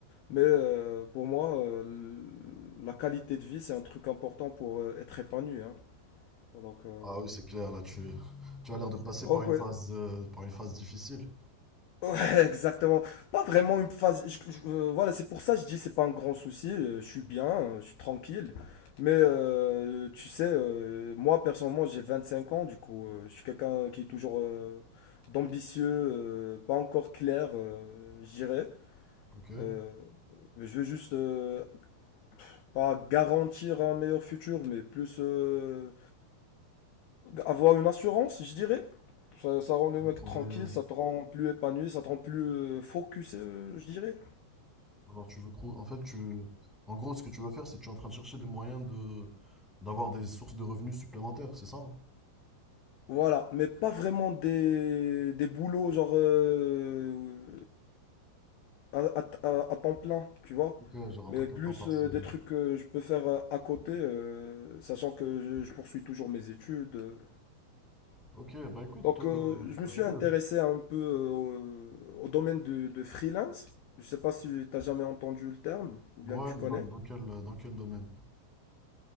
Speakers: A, on the left (about 70°); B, in the centre.
A: mais euh, pour moi, euh, l- la qualité de vie, c'est un truc important pour euh, être épanoui, hein. Donc, euh,
B: Ah oui, c'est clair, là tu, tu as l'air de passer
A: ok,
B: par une
A: ouais.
B: phase euh, par une phase difficile.
A: Ouais, <laughs> exactement. Pas vraiment une phase. je- je- euh, voilà, c'est pour ça que je dis c'est pas un grand souci. euh, Je suis bien, euh, je suis tranquille. Mais euh, tu sais, euh, moi personnellement, j'ai 25 ans. Du coup, euh, je suis quelqu'un qui est toujours euh, d'ambitieux, euh, pas encore clair, euh, je dirais.
B: Ok. Tu
A: Euh, mais je veux juste euh, pas garantir un meilleur futur, mais plus euh, avoir une assurance, je dirais. Ça, ça rend le
B: veux
A: mec
B: trouver.
A: tranquille, ça te rend plus épanoui, ça te rend plus euh, focus, euh, je dirais.
B: Alors tu veux trouver. En fait, tu. En gros, ce que tu veux faire, c'est que tu es en train de chercher des moyens de d'avoir des sources de revenus supplémentaires, c'est ça?
A: Voilà, mais pas vraiment des, des boulots genre euh, à, à- à- à temps plein, tu vois.
B: Ok, j'ai rentré
A: Mais
B: qu'un
A: plus
B: temps partiel.
A: euh, des trucs que je peux faire euh, à côté, euh, sachant que je, je poursuis toujours mes études. euh.
B: Ok, bah écoute,
A: Donc
B: euh,
A: euh, je me
B: aujourd'hui.
A: suis intéressé
B: euh,
A: un peu euh, au, au domaine de, de freelance. Je sais pas si tu as jamais entendu le terme, ou
B: Ouais,
A: bien tu
B: mais
A: connais.
B: dans, dans quel dans quel domaine?